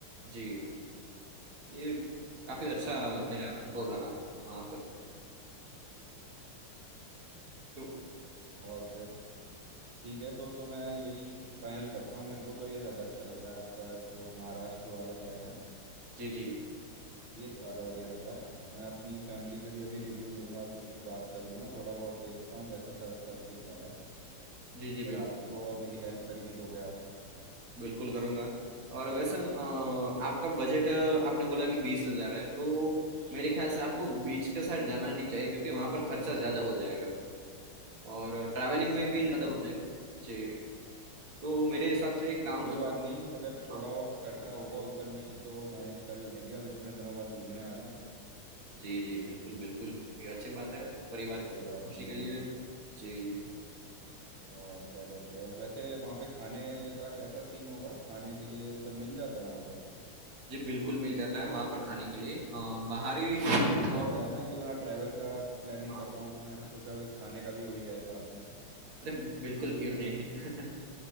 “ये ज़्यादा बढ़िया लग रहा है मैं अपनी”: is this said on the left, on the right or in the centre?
Right